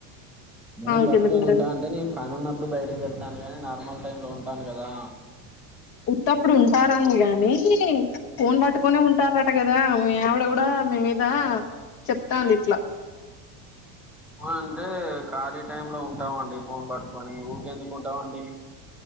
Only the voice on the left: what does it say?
ఆమెకెందుకు
ఉంటది
ఉత్తప్పుడు ఉంటారు అని గానీ ఫోన్ పట్టుకోనే ఉంటారట గ దా మీ ఆవిడ కూడా మీ మీద చెప్తాంది ఇట్లా